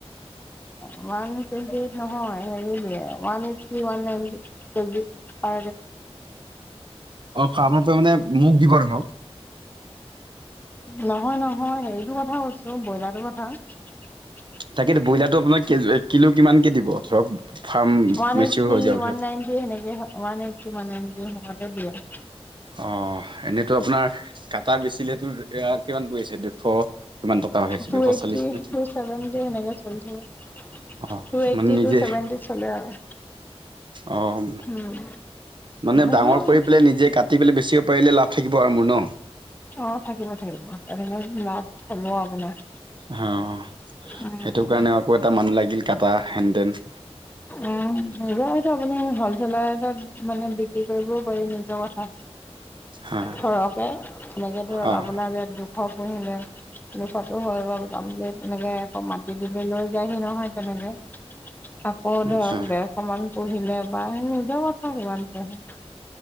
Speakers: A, on the left; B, on the right.
A: নহয়ন টণ্টি নহয় হেন এইটি নাইণ্টি কেজি অ
B: অ, আপোনালোক মানে মোক দিবহক।
A: নহয় - নহয় হেৰিটো কথা কৈছো ব্ৰইলাৰৰ কথা।
B: তাকেইো ব্ৰইলাৰটো আপোনাৰ কিলো কিমানকৈ দিব ধৰক ফাৰ্ম
A: ৱান
B: মেচিয়ৰ
A: এইটি
B: হৈ যোৱাৰ পিছত
A: ৱান নাইণ্টি হেনেকে ৱান এইটি ৱান নাইণ্টি হেণেকে দিয়ে।
B: অ, এনেইতো আপোনাৰ কাটা বেচিলেতো কিমান পৰি আছে দুশ কিমান টকা হৈাইছে
A: টু
B: দুশ
A: এইট্টি
B: চল্লিছ নেকি।
A: টু চেভেনটি সেনেকে চলি থাকে
B: অ,
A: টু এইট্টি
B: মানে নিজে
A: টু চেভেনটি চলে আৰু
B: অ',
A: উম
B: মানে
A: সেইটো
B: ডাঙৰ কৰি পেলাই নিজে কাটি পেলাই বেচিব পাৰিলে লাভ থাকিব আৰু মোৰ ন।
A: অ, থাকিব থাকিব তেে লাভ হ'ব আপোনাৰ
B: অ, সেইটো
A: উম
B: কাৰণেও আকৌ এটা মানুহ লাগিল কাটা হেন তেন।
A: উম, নিজৰ এইটো আপুনি হলচেলাৰটত মানে বিক্ৰী কৰিবও পাৰি নিজৰ কথা।
B: হয়,
A: ধৰকে এনেকে ধৰক
B: অ'।
A: আপোনাৰ ইাত দুখ পুহিলে। দুোখতো হৈ গ'ল কমপ্লিট এনেকে আকৌ মাি দিলে লৈ যায়হি নহয় তেনেকে। আকৌ
B: আচ্ছা,
A: ধৰক ডেৰশ মান পঢ়িলে বা সেই নিোজোৱা কথা কিমান পূহে।